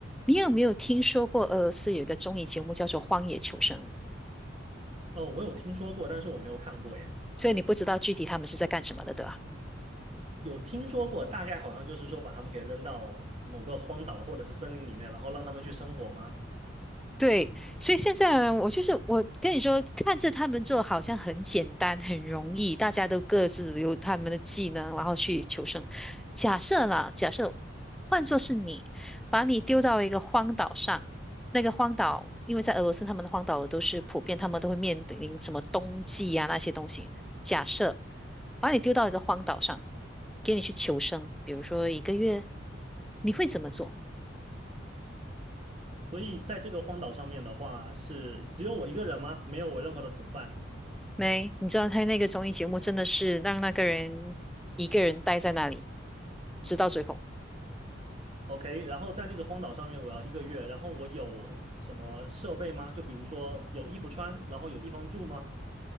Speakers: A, in the centre; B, on the right.
A: 你有没有听说过俄罗斯有一个综艺节目叫做《荒野求生》？
B: 哦，我有听说过，但是我没有看过耶。
A: 所以你不知道具体他们是在干什么的，对吧？
B: 有听说过，大概好像就是说把他们给扔到某个荒岛或者是森林里面，然后让他们去生活吗？
A: 对，所以现在呢我就是我跟你说，看着他们做好像很简单、很容易，大家都各自有他们的技能，然后去求生。假设啦，假设换作是你，把你丢到一个荒岛上，那个荒岛，因为在俄罗斯他们的荒岛都是普遍，他们都会面临什么冬季啊那些东西。假设把你丢到一个荒岛上，给你去求生，比如说一个月，你会怎么做？
B: 所以在这个荒岛上面的话，是只有我一个人吗？没有我任何的同伴。
A: 没，你知道他那个综艺节目真的是让那个人一个人待在那里，直到最后。
B: OK，然后在那个荒岛上面，我要一个月，然后我有什么设备吗？就比如说有衣服穿，然后有地方住吗？